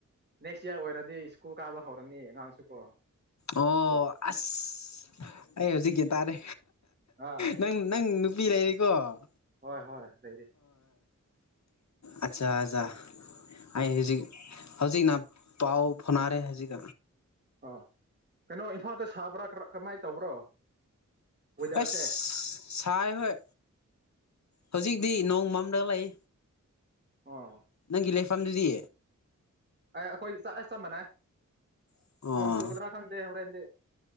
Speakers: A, on the right; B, on the left.
A: ꯅꯦꯛꯁ ꯏꯌꯥꯔ ꯑꯣꯏꯔꯗꯤ ꯁ꯭ꯀꯨꯜ ꯀꯥꯕ ꯍꯧꯔꯅꯤ ꯑꯉꯥꯡꯁꯨ ꯀꯣ
B: ꯑꯣ
A: ꯑꯗꯨꯒꯤ
B: ꯑꯁ ꯑꯩ ꯍꯧꯖꯤꯛ ꯒꯦꯟ ꯇꯥꯔꯦ
A: ꯑꯥ
B: ꯅꯪ ꯅꯪ ꯅꯨꯄꯤ ꯂꯩꯔꯦꯀꯣ ꯑꯣ
A: ꯍꯣꯏ ꯍꯣꯏ ꯂꯩꯔꯤ
B: ꯑꯠꯆꯥ ꯑꯆꯥ ꯑꯩ ꯍꯧꯖꯤꯛ ꯍꯧꯖꯤꯛꯅ ꯄꯥꯎ ꯐꯣꯅꯥꯔꯦ ꯍꯧꯖꯤꯛ
A: ꯑ ꯀꯩꯅꯣ ꯏꯝꯐꯥꯜꯗ ꯁꯥꯕ꯭ꯔꯥ ꯀꯔꯃꯥꯏ ꯇꯧꯕ꯭ꯔꯣ ꯋꯦꯗꯔꯁꯦ
B: ꯑꯁ ꯁꯥꯏ ꯍꯣꯏ ꯍꯧꯖꯤꯛꯇꯤ ꯅꯣꯡꯃ ꯃꯝꯂ ꯂꯩ
A: ꯑꯣ
B: ꯅꯪꯒꯤ ꯂꯩꯐꯝꯗꯨꯗꯤ
A: ꯑꯦ ꯑꯩꯈꯣꯏ ꯆꯥ ꯆꯞ ꯃꯥꯟꯅꯩ
B: ꯑꯣ
A: ꯅꯣꯡ ꯆꯨꯒꯗ꯭ꯔꯥ ꯈꯪꯗꯦ ꯍꯣꯔꯦꯟꯗꯤ